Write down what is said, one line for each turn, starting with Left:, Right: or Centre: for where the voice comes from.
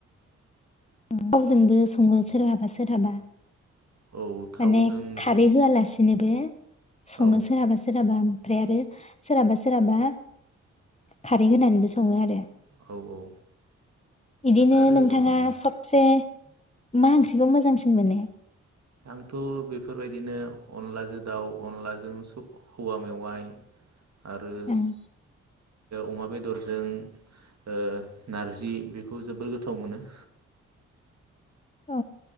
Left: थावजोंबो सङो सोरहाबा सोरहाबा।
Right: औ थावजोंथ'
Left: माने <unintelligible> सङो
Right: औ
Left: सोरहाबा सोरहाबा। ओमफ्राय आरो सोरहाबा सोरहाबा खारै होनानैबो सङो आरो।
Right: औ औ
Left: बिदिनो
Right: आरो
Left: नोंथाङा सब से मा ओंख्रिखौ मोजांसिन मोनो?
Right: आंथ' बेफोरबायदिनो अनलाजों दाउ अनलाजों स-औवा मेवाइ। आरो
Left: ओं
Right: अमा बेदरजों ओ- नारजि बेखौ जोबोर गोथाव मोनो।
Left: अ